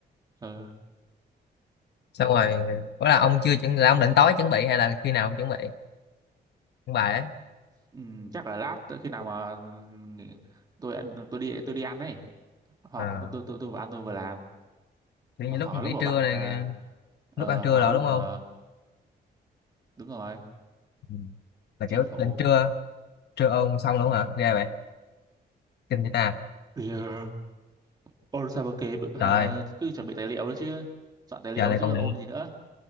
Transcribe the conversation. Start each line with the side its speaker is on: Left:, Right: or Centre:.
Right: ờ
Left: xong rồi có là ông chưa chuẩn là ông định tối chuẩn bị hay là khi nào ông chuẩn bị chuẩn bài ấy
Right: ừ, chắc là lát tới khi nào mà ừ, nghỉ- tôi ăn- tôi đi tôi đi ăn ấy họ
Left: à
Right: tôi tôi tôi, tôi vừa ăn tôi vừa làm
Left: kiểu
Right: Ho-
Left: như
Right: hoặc
Left: lúc nghỉ
Right: là lúc mà
Left: trưa
Right: bạn
Left: này
Right: ờ, ờ,
Left: lúc ăn trưa
Right: hoặc
Left: rồi
Right: là lúc
Left: đúng không
Right: mà đúng rồi
Left: Ừ. là
Right: tranh
Left: kiểu
Right: thủ
Left: định trưa trưa ôn xong luôn hả ra vậy kinh vậy ta
Right: yeah. ôn sao mà kịp hả?
Left: trời
Right: cứ chuẩn bị tài liệu nữa chứ soạn tài liệu
Left: giờ này
Right: chứ
Left: còn
Right: ôn gì nữa